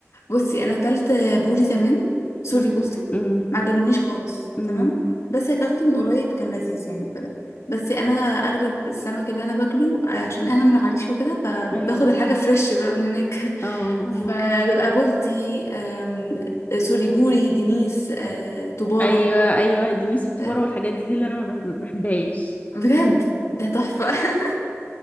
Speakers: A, on the left (about 70°); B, on the left (about 30°).
A: بصي انا اكلت بوري زمان سوري
B: أمم،
A: بولتي
B: أمم،
A: ما عجبنيش خالص
B: أمم.
A: تمام بس اكلته من قريب كان لذيذ يعني وكده بس انا اغلب السمك اللي انا باكله آه، عشان انا من العريش وكده فباخد
B: ايوه
A: الحاجه فريش بقى من هناك
B: اه اه
A: <laughs> فبيبقى بولتي آم، سوري بوري دينيس آه، طباره
B: ايوه ايوه دنيس والطبوره
A: آه،
B: والحاجات دي دي اللي انا ما بحب- ما بحبهاش
A: بجد ده تحفه <laughs>